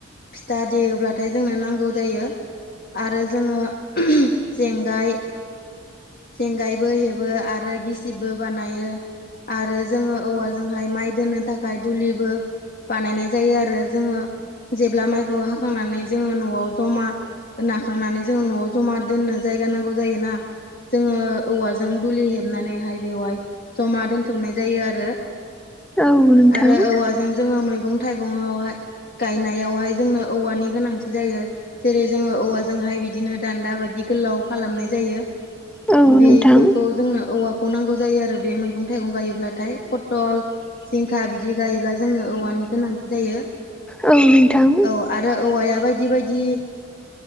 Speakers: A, on the left; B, in the centre.
A: फिथा देयोब्लाथाय जोंनो नांगौ जायो। आरो जोङो जेंगाय जेंगायबो हेबो आरो गिसिबबो बानायो। आरो जोङो औवाजोंहाय माइ दोननो थाखाय दुलिबो बानायनाय जायो आरो जोङो जेब्ला माइखौ हाखांनानै जोङो न'आव जमा नाखांनानै जोङो न'आव जमा दोननो जायगा नांगौ जायोना जोङो औवाजों दुलि हेबनानैहाय बेवहाय जमा दोनथुमनाय जायो आरो।
B: औ नोंथां
A: आरो औवाजों जोङो मैगं - थाइगं आवहाय गायनायावहाय जोंनो औवानि गोनांथि जायो। जेरै जोङो औवाजोंहाय बिदिनो दान्दा बायदि गोलाव खालामनाय जायो।
B: औ
A: बेफोरखौ
B: नोंथां
A: जोंनो औवाखौ नांगौ जायो आरो बे मैगं - थाइगं गायोब्लाथाय फटल जिंखा बिदि गायोब्ला जोंनो औवानि गोनांथि जायो।
B: औ नोंथां
A: औ आरो औवाया बायदि बायदि